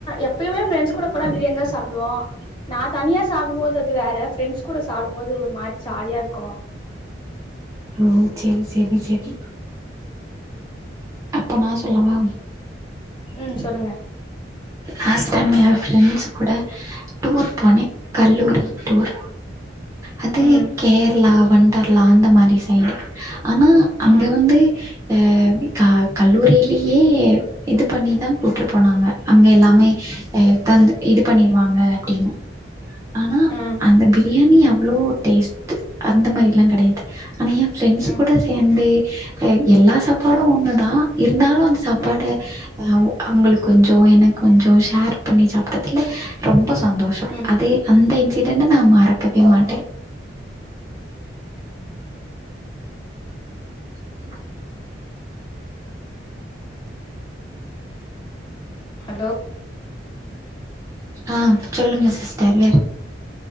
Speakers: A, on the left; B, on the right.
A: எப்பயுமே ஃப்ரெண்ட்ஸ் கூட போனா பிரியாணி தா சாப்புடுவோ நா தனியா சாப்புடு போது து வேற ஃப்ரெண்ட்ஸ் கூட சாப்டு போது ஒரு மாரி ஜாலியாருக்கு
B: ஓ சேரி சேரி சேரி அப்போ நா சொல்லவா
A: ம் சொல்லுங்க
B: லாஸ்ட் டைம் எ ஃப்ரெண்ட்ஸ் கூட டூர் போனே கல்லூரி டூர் அது
A: ம்
B: கேரளா வொண்டர்லா அந்த மாரி சைடு ஆனா அங்க
A: ம்
B: வந்து அ க கல்லூரிலியே இது பண்ணிதா கூட்டு போனாங்க அங்க எல்லா மே அ தந்து இது பண்ணிருவாங்க அப்டின்னு ஆனா
A: ம்
B: அந்த பிரியாணி அவ்ளோ டேஸ்ட்டு அந்த மாரிலா கெடையாது ஆனா எ ஃப்ரெண்ட்ஸ்
A: ம்
B: கூட சேர்ந்தே ஹே எல்லா சாப்பாடு ஒண்ணுதா இருந்தாலு அந்த சாப்பாடு
A: ம்
B: அவு அவங்களு கொஞ்சோ எனக்கு கொஞ்சோ ஷேர் பண்ணி சாப்ட்டதுல ரொம்ப சந்தோஷோ
A: ம்
B: அதே அந்த இன்சிடன்ட நா மறக்கவே மாட்ட <inaudible>
A: டோ
B: அ சொல்லுங்க சிஸ்டர் வே